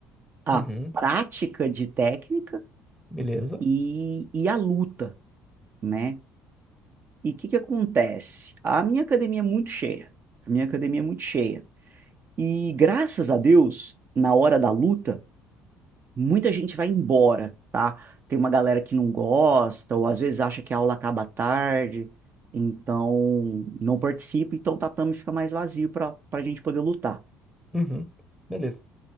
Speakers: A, on the right; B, in the centre.
A: a
B: uhum,
A: prática de técnica
B: beleza.
A: e, e a luta, né? E o que que acontece? A minha academia é muito cheia. A minha academia é muito cheia. E graças a Deus, na hora da luta, muita gente vai embora, tá? Tem uma galera que não gosta, ou às vezes acha que a aula acaba tarde, então não participa, então o tatame fica mais vazio para para a gente poder lutar. O
B: Uhum, beleza.